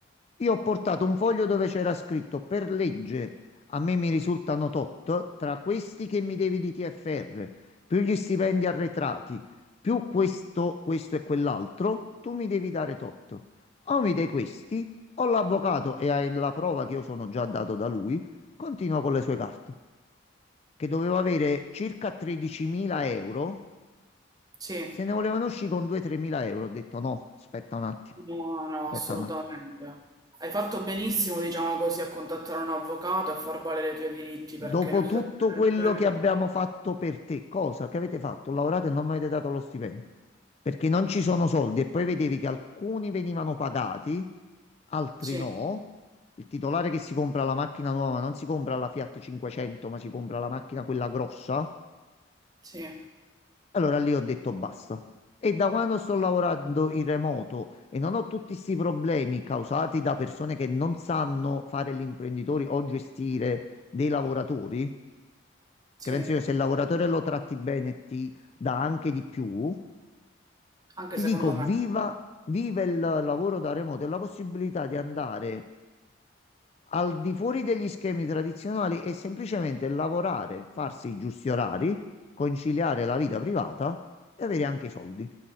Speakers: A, on the left (about 30°); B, on the right (about 20°).
A: Io ho portato un foglio dove c'era scritto per legge a me mi risultano tot, tra questi che mi devi di TFR, più gli stipendi arretrati, più questo, questo e quell'altro, tu mi devi dare tot. O mi dai questi, o l'avvocato e hai la prova che io sono già dato da lui, continua con le sue carte, che dovevo avere circa 13.000 euro,
B: Sì,
A: se ne volevano uscire con 2-3.000 euro, ho detto no, aspetta un attimo,
B: no, no,
A: aspetta
B: assolutamente.
A: un attimo.
B: Hai fatto benissimo, diciamo così, a contattare un avvocato e a far valere i tuoi diritti, perché
A: Dopo
B: in una
A: tutto
B: situazione
A: quello
B: del genere...
A: che abbiamo fatto per te, cosa che avete fatto? Lavorate e non mi avete dato lo stipendio. Perché non ci sono soldi e poi vedevi che alcuni venivano pagati, altri
B: Sì,
A: no. Il titolare che si compra la macchina nuova non si compra la Fiat 500, ma si compra la macchina quella grossa.
B: sì,
A: Allora lì ho detto basta. E da quando sto lavorando in remoto e non ho tutti questi problemi causati da persone che non sanno fare gli imprenditori o gestire dei lavoratori,
B: sì,
A: che penso io se il lavoratore lo tratti bene e ti dà anche di più,
B: anche
A: ti
B: secondo
A: dico viva,
B: me.
A: viva il lavoro da remoto e la possibilità di andare al di fuori degli schemi tradizionali e semplicemente lavorare, farsi i giusti orari, conciliare la vita privata e avere anche i soldi.